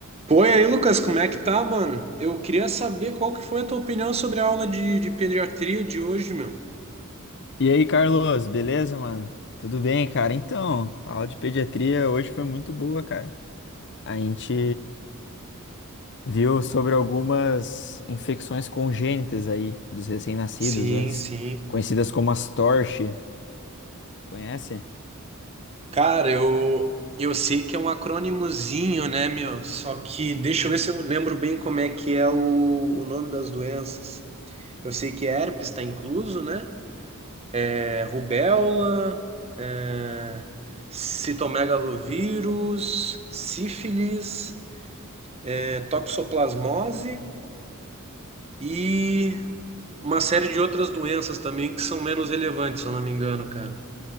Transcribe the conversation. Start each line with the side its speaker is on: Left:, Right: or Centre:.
Right: Pô, e aí, Lucas, como é que tá, mano? Eu queria saber qual que foi a tua opinião sobre a aula de, de pediatria de hoje, meu.
Left: E aí, Carlos, beleza, mano? Tudo bem, cara? Então, a aula de pediatria hoje foi muito boa, cara. A gente viu sobre algumas infecções congênitas aí dos recém-nascidos,
Right: Sim,
Left: as
Right: sim.
Left: conhecidas como as TORCH. Conhece?
Right: Cara, eu, eu sei que é um acrônimozinho, né, meu? Só que deixa eu ver se eu lembro bem como é que é o, o nome das doenças. Eu sei que herpes tá incluso, né? É rubéola, é, citomegalovírus, sífilis, é, toxoplasmose E uma série de outras doenças também que são menos relevantes, se eu não me engano, cara.